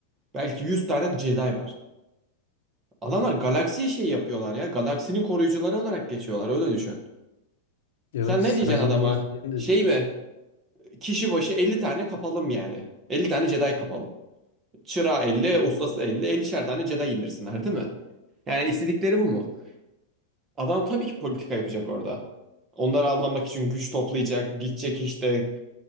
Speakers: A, on the right (about 20°); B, on the left (about 75°).
A: Belki 100 tane Jedi var. Adamlar galaksiyi şey yapıyorlar ya. Galaksinin koruyucuları olarak geçiyorlar. Öyle düşün.
B: Evet
A: Sen
B: sadece
A: ne diyeceksin adama?
B: bir gezegen de
A: Şey
B: değil.
A: mi? Kişi başı 50 tane kapalım yani. 50 tane Jedi kapalım. Çırağı 50, ustası 50 50'şer tane Jedi indirsinler değil mi? Yani istedikleri bu mu? Adam tabii ki politika yapacak orada. Onları avlamak için güç toplayacak, gidecek işte